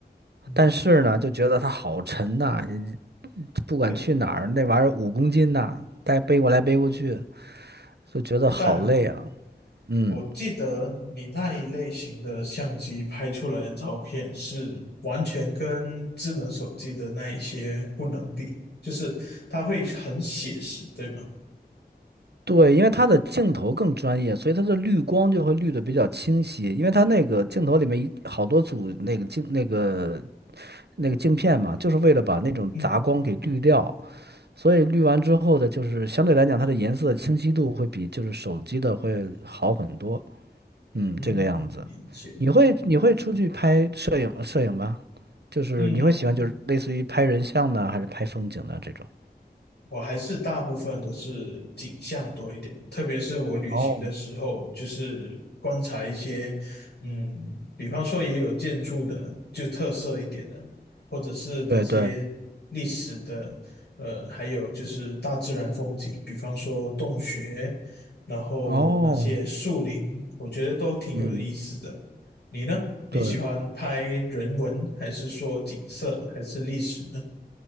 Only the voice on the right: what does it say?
但是呢，就觉得它好沉呐、不管去哪儿，
那玩意儿五公斤呐、带背过来背过去。就觉得好累啊。
嗯，
对，因为它的镜头更专业，所以它的滤光就会滤的比较清晰。因为它那个镜头里面一好多组那个镜那个那个镜片嘛，就是为了把那种杂光给滤掉。
所以滤完之后的，就是相对来讲，它的颜色清晰度会比就是手机的会好很多。嗯，
这个样子。
你会你会出去拍摄影摄影吗？就是你会喜欢就是类似于拍人像呢，
还是拍风景呢这种？
哦，
对对。
哦，
嗯，
对，